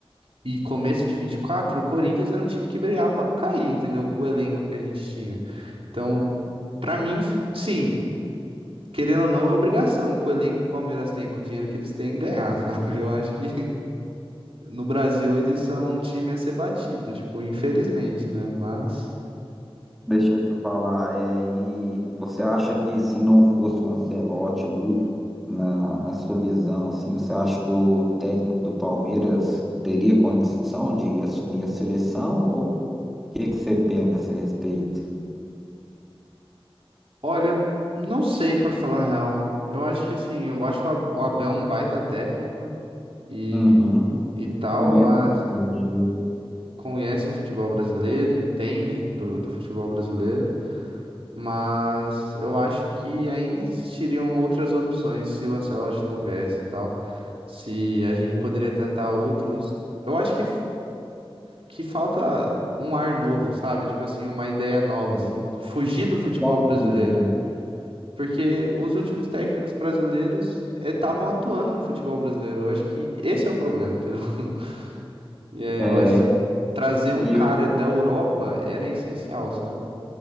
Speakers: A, on the right; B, in the centre.
A: E começo de 24, o Corinthians era um time que brigava pra não cair, entendeu? Com o elenco que a gente tinha. Então, pra mim, f- sim, querendo ou não, é obrigação que o elenco que o Palmeiras tem, com o dinheiro que eles têm, ganhar, <laughs> sabe? Eu acho que no Brasil eles são um time a ser batido, tipo, infelizmente, né? Mas,
B: Deixa eu te falar, é, e você acha que se não fosse o Ancelotti ali, na, na sua visão, assim, você acha que o técnico do Palmeiras teria condição de assumir a seleção? Ou o que que você pensa a respeito?
A: olha, não sei pra falar a real. Eu acho que assim, eu acho o Ab- o Abel um baita técnico e,
B: Uhum.
A: e tal,
B: Conhece
A: mas
B: o brasileiro,
A: conhece o futebol brasileiro, entende do, do futebol brasileiro. Mas eu acho que ainda existiriam outras opções se o Ancelotti não viesse e tal. Se a gente poderia tentar outros. Eu acho que, que falta um ar novo, sabe? Tipo assim, uma ideia nova,
B: tem
A: assim. Fugir do futebol
B: top
A: brasileiro.
B: de realidade.
A: Porque os últimos técnicos brasileiros eh, estavam atuando no futebol brasileiro. Eu acho que esse é o problema, entendeu? <laughs> E é,
B: É,
A: eu acho que trazer um
B: e
A: cara
B: eu,
A: da Europa era essencial, sabe?